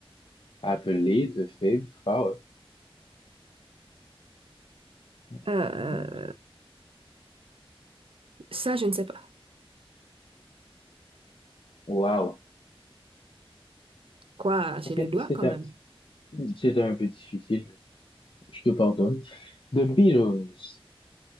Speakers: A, on the left; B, on the right.
A: Appelé de Fab Four. Mhm.
B: Euh, ça, je ne sais pas.
A: Wow.
B: Quoi, j'ai
A: C'est
B: le doigt
A: c'est
B: quand
A: un,
B: même.
A: c'est un peu difficile. Je te pardonne. The Beatles.